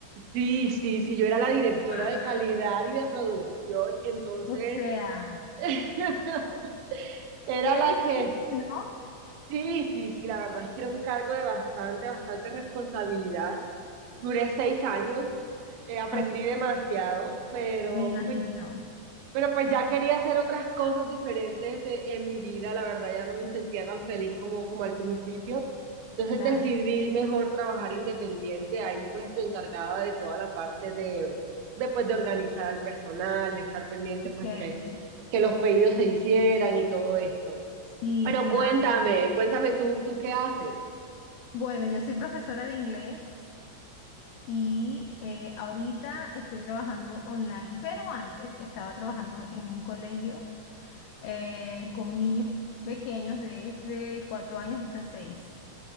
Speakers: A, on the right; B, on the left.
A: Sí, sí, sí, yo era la directora
B: Ah,
A: de calidad y de producción, entonces
B: o sea,
A: <laughs> era
B: qué
A: la
B: difícil,
A: que,
B: ¿no?
A: sí, sí, sí, la verdad es que era un cargo de bastante, bastante responsabilidad. Duré seis años, eh, aprendí
B: Ok,
A: demasiado, pero
B: me imagino,
A: pues, Pero pues ya quería hacer otras cosas diferentes de- en mi vida, la verdad ya no me sentía tan feliz como, como al principio. Entonces
B: claro.
A: decidí mejor trabajar independiente, ahí pues me encargaba de toda la parte de, de, pues, de organizar al personal, de estar pendiente pues
B: que
A: que, que los pedidos se hicieran y todo esto.
B: Sí,
A: Pero
B: claro.
A: cuéntame, cuéntame tú, ¿tú qué haces?
B: Bueno, yo soy profesora de inglés y eh, ahorita estoy trabajando online, pero antes estaba trabajando en un colegio eh, con niños pequeños desde cuatro años hasta seis.